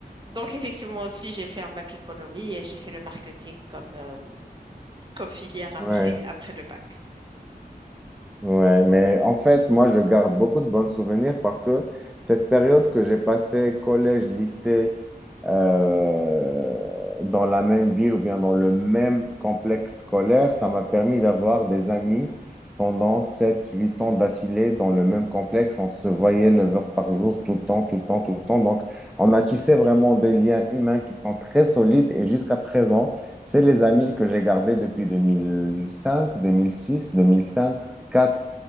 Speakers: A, on the right; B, in the centre.
A: Donc, effectivement, aussi, j'ai fait un bac économie et j'ai fait le marketing comme euh, comme filière après,
B: oui,
A: après le bac.
B: Ouais, mais en fait, moi, je garde beaucoup de bons souvenirs parce que cette période que j'ai passée, collège, lycée, euh, dans la même ville ou bien dans le même complexe scolaire, ça m'a permis d'avoir des amis pendant sept, huit ans d'affilée dans le même complexe. On se voyait 9 heures par jour, tout le temps, tout le temps, tout le temps. Donc, on a tissé vraiment des liens humains qui sont très solides et jusqu'à présent, c'est les amis que j'ai gardés depuis 2005, 2006, 2005, 4.